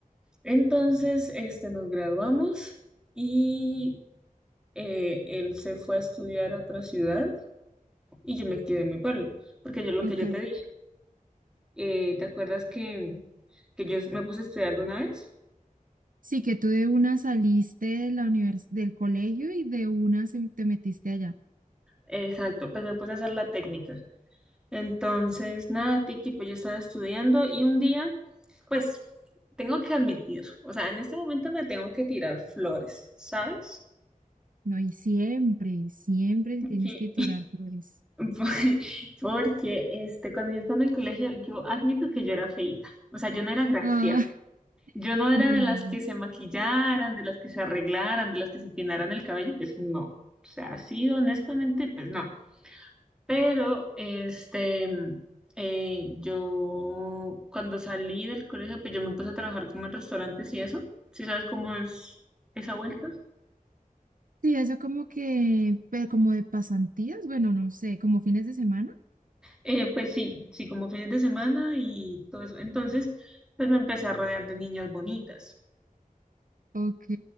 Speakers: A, in the centre; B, on the right (about 70°).
A: Entonces, este, nos graduamos y eh, él se fue a estudiar a otra ciudad y yo me quedé en mi pueblo, porque yo lo
B: Ok.
A: que yo te dije, eh, ¿te acuerdas que, que yo me puse a estudiar de una vez?
B: Sí, que tú de una saliste de la univers del colegio y de una se- te metiste allá.
A: Exacto, pues me puse a hacer la técnica. Entonces, nada, Tiki, pues yo estaba estudiando y un día, pues tengo que admitir, o sea, en este momento me tengo que tirar flores, ¿sabes?
B: No, y siempre, siempre te tienes
A: Que-
B: que tirar flores.
A: <laughs> Porque este, cuando yo estaba en el colegio, yo admito que yo era feita, o sea, yo no era graciada.
B: Ah, <laughs>
A: Yo no era
B: no
A: de
B: digas
A: las
B: eso.
A: que se maquillaran, de las que se arreglaran, de las que se peinaran el cabello, pues no. O sea, así honestamente, pues no. Pero, este, mm, eh, yo cuando salí del colegio, pues yo me puse a trabajar como en restaurantes y eso. ¿Sí sabes cómo es esa vuelta?
B: Sí, eso como que, pero como de pasantías, bueno, no sé, como fines de semana.
A: Eh, pues sí, sí, como fines de semana y todo eso. Entonces, pues me empecé a rodear de niñas bonitas.
B: Ok.